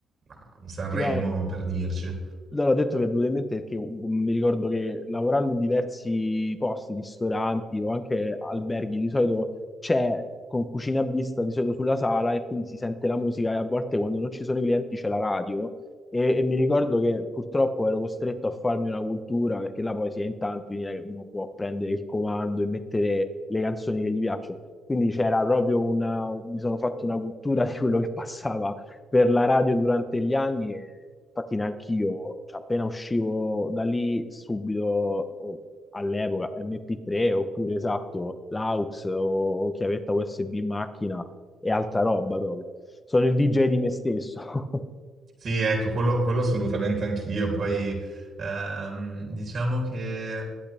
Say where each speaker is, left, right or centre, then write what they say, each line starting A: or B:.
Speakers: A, on the right; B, on the left.
A: a un Sanremo,
B: No.
A: per dirci.
B: No, l'ho detto mi è venuto in mente perché uh, mi ricordo che lavorando in diversi posti, ristoranti o anche alberghi, di solito c'è con cucina a vista di solito sulla sala e quindi si sente la musica e a volte quando non ci sono i clienti c'è la radio e, e mi ricordo che purtroppo ero costretto a farmi una cultura perché là poi si è in tanti, quindi non è che uno può prendere il comando e mettere le canzoni che gli piacciono. Quindi c'era proprio una, mi sono fatto una cultura <laughs> di quello che passava per la radio durante gli anni e infatti neanche io, cioè, appena uscivo da lì subito o- all'epoca MP3 oppure esatto l'aux o chiavetta USB in macchina e altra roba proprio. Sono il DJ di me stesso. <laughs>
A: Sì, ecco, quello, quello assolutamente anch'io. Poi ehm, diciamo che eh,